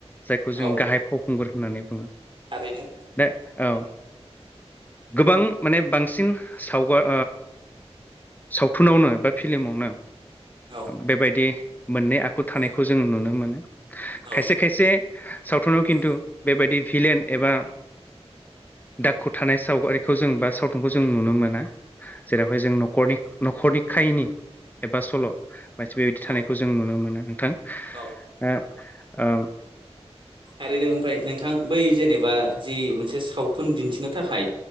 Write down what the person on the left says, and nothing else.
जायखौ जों
गाहाय फावखुंगुर होननानै बुङो।
दा औ गोबां माने बांसिन सावगार सावथुनावनो बा फिल्मावनो
बेबायदि मोननै आखु थानायखौ
जों नुनो मोनो।
खायसे खायसे सावथुनाव खिन्थु
बेबायदि भिलेन एबा दाखु थानाय सावगारिखौ जों बा सावथुनखौ जों नुनो मोना। जेरावहाय जों नखरनि न'खरनि खाहिनि एबा सल' मानसि बेबायदि
थानायखौ जों नुनो मोनो नोंथां।
आ आ